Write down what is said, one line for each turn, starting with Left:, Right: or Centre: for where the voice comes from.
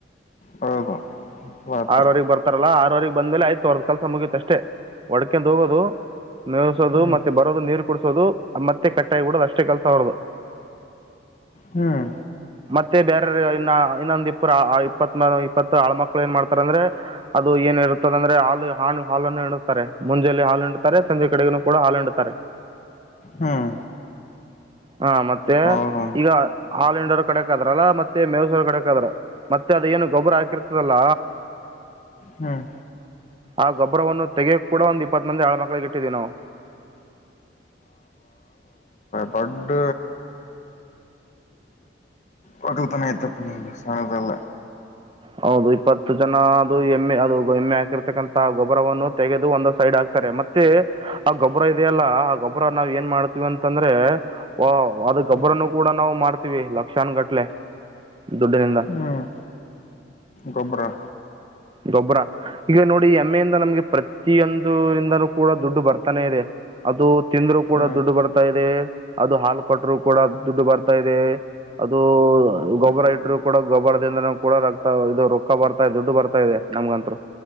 Left: ಹೌದು
Right: <unintelligible>
Left: ಬರ್ತಾರೆ
Right: ಬರ್ರೆ ಆರವಗೆ ಬಂದೇ ಆಯ್ತು ಅವದ ಕೆಲಸ ಮುಗೀತ ಅಷ್ಟೇ ಒಡಕೆ ಹೋಗೋದು ನಸೋದು
Left: ಹ್ಮ್
Right: ಮತ್ತೆ ಬರೋದು ನೀರು ಕುಡಸೋದು ಮತ್ತೆ ಕಟ್ಟಾಯಡೋದು ಅಷ್ಟೇ ಕೆಲಸ ಅವರದು
Left: ಹ್ಮ್
Right: ಮತ್ತೆ ಬೇರೆ ಇನ್ನ ಇನ್ನೊಂದ ಇಪ್ಪರು ಇಪ್ಪ ಇಪ್ಪ ಆಳ ಮಕ್ಕಳ ಏ ಮಾಡ್ತಾರೆ ಅಂದ್ರೆ ಅದು ಏನ ಇರುತ್ತದ ಅಂದ್ರೆ ಹಾ ಹಾ ಹಾಲನ್ನು ಹಿಡುತ್ತಾರೆ ಮುಂಜೆಯಲ್ಲಿ ಹಾಲು ಹಿಂಡುತ್ತಾರೆ ಸಂಜೆ ಕಡೆಗ ಕೂಡ ಹಾಲು ಹಿಡುತ್ತಾರೆ
Left: ಹ್ಮ್
Right: ಹಾ ಮತ್ತೆ
Left: ಹೌದಾ
Right: ಈಗ ಆಲ್ಂಡರ್ ಕಡೆಕ್ದ್ರಲ್ಲ ಮತ್ತೆ ಮೇಸೂರು ಕಡಕ್ ಆದ್ರ ಮತ್ತೆ ಅದ ಏನು ಗೊಬ್ಬರ ಹಾಕಿರ್ತದಲ್ಲ
Left: ಹ್ಮ್
Right: ಆ ಗೊಬ್ಬರವನ್ನು ತೆಗೆಕ್ ಕೂಡ ಒಂದ್ ಇಪ್ಪತ್ ಮಂದಿ ಆಳ್ ಮಕ್ಳಿಗೆ ಇಟ್ಟಿದ್ವಿ ನಾವು
Left: ದೊಡ ಮಕ್ಕಳ ತಾನ ಎತ್ತ ಪನ್ನಂದ ಸಣದಲ್ಲ
Right: ಹೌದು ಇಪ್ಪತ್ತು ಜನ ಅದು ಎಮ್ಮೆ ಅದು ಎಮ್ಮೆ ಹಾಕಿರ್ತಕ್ಕಂತ ಗೊಬ್ರವನ್ನು ತೆಗೆದು ಒಂದ ಸೈಡ್ ಹಾಕ್ತಾರೆ ಮತ್ತೆ ಆ ಗೊಬ್ಬರ ಇದೆಯ ಅಲ್ಲ ಆ ಗೊಬ್ಬರ ನಾವ್ ಏನ್ ಮಾಡ್ತೀವಿ ಅಂತಂದ್ರೆ ವ ಅದ ಗೊಬ್ಬರನು
Left: ಹ್ಮ್
Right: ಕೂಡ ನಾವು ಮಾಡ್ತೀವಿ ಲಕ್ಷಾನ್ಗಟ್ಲೆ ದುಡ್ಡಿನಿಂದ
Left: ಹ್ಮ್ ಗೊಬ್ಬರ ರ
Right: ಗೊಬ್ಬರ ಈಗ ನೋಡಿ ಎಮ್ಮೆಯಿಂದ ನಮ್ಗೆ ಪ್ರತಿಯೊಂದರಿಂದನೂ ಕೂಡ ದುಡ್ಡು ಬರ್ತಾನೆ ಇದೆ ಅದು ತಿಂದರು ಕೂಡ
Left: ಹ್ಮ್
Right: ದುಡ್ಡು ಬರ್ತಾ ಇದೆ ಅದು ಹಾಲು ಕೊಟ್ಟರು ಕೂಡ ದುಡ್ಡು ಬರ್ತಾ ಇದೆ ಅದು
Left: ಹ್ಮ್
Right: ಗೊಬ್ಬರ ಇಟ್ಟರು ಕೂಡ ಗೊಬ್ಬರದಿಂದನ ಕೂಡ ರಕ್ತ ಇದು ರೊಕ್ಕ ಬರ್ತಾ ಇದೆ ದುಡ್ಡು ಬರ್ತಾ ತ ಇದೆ ನಮ್ಗಂತರು